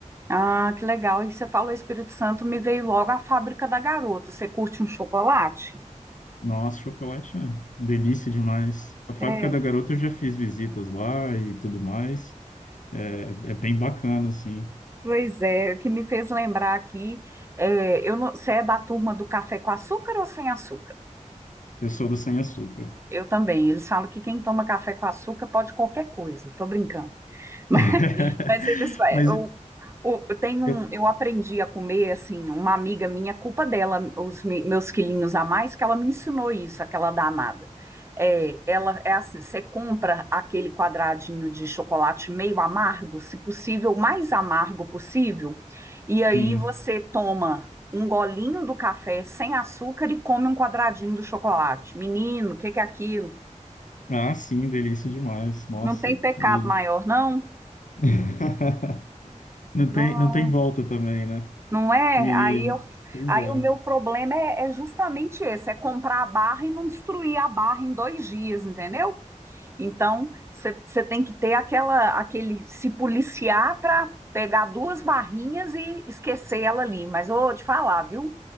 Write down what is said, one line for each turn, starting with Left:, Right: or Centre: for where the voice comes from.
Right: Ah, que legal. E você falou Espírito Santo, me veio logo a Fábrica da Garota. Você curte um chocolate?
Left: Nossa, chocolate é delícia demais. A Fábrica
Right: É,
Left: da Garota eu já fiz visitas lá e tudo mais. É, é bem bacana, assim.
Right: pois é, o que me fez lembrar aqui, é, eu não- você é da turma do café com açúcar ou sem açúcar?
Left: Eu sou do Sem Açúcar.
Right: Eu também. Eles falam que quem toma café com açúcar pode qualquer coisa. Tô brincando. <laughs> Mas,
Left: <laughs>
Right: mas eles, é,
Left: Mas
Right: eu, eu, tenho um,
Left: eu,
Right: eu aprendi a comer assim. Uma amiga minha, culpa dela, os me- meus quilinhos a mais, que ela me ensinou isso, aquela danada. É, ela é assim, você compra aquele quadradinho de chocolate meio amargo, se possível, o mais amargo possível, e aí
Left: sim,
Right: você toma um golinho do café sem açúcar e come um quadradinho do chocolate. Menino, o que que é aquilo?
Left: Ah, sim, delícia demais. Nossa,
Right: Não tem pecado
Left: e
Right: maior, não?
Left: <laughs> não
Right: Não,
Left: tem, não tem volta também, né?
Right: não é?
Left: E
Right: Aí, eu,
Left: pois
Right: aí
Left: é,
Right: o meu problema é, é justamente esse: é comprar a barra e não destruir a barra em dois dias, entendeu? Então, você tem que ter aquela, aquele, se policiar para pegar duas barrinhas e esquecer ela ali. Mas eu vou te falar, viu?